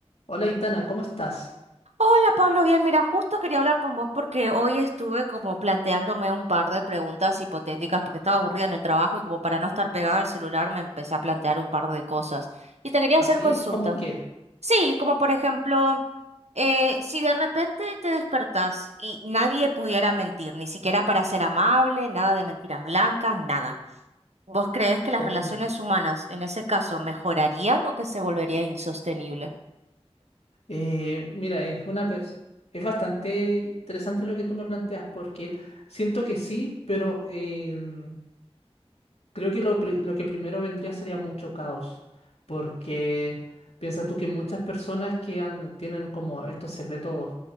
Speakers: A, on the left; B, on the right.
A: Hola, Itana, ¿cómo estás?
B: Hola Pablo, bien, mira, justo quería hablar con vos porque hoy estuve como planteándome un par de preguntas hipotéticas porque estaba aburrida en el trabajo y como para no estar pegada al celular me empecé a plantear un par de cosas y te quería
A: ¿Así?
B: hacer consulta.
A: ¿Cómo qué?
B: Sí, como por ejemplo, eh, si de repente te despertás y nadie pudiera mentir, ni siquiera para ser amable, nada de mentiras blancas, nada, ¿vos creés que las
A: Oh,
B: relaciones humanas en ese caso mejorarían o que se volvería insostenible?
A: eh, mira, es una pers- es bastante interesante lo que tú me planteas porque siento que sí, pero eh, Creo que lo, pri- lo que primero vendría sería mucho caos, porque piensa tú que muchas personas que han- tienen como estos secretos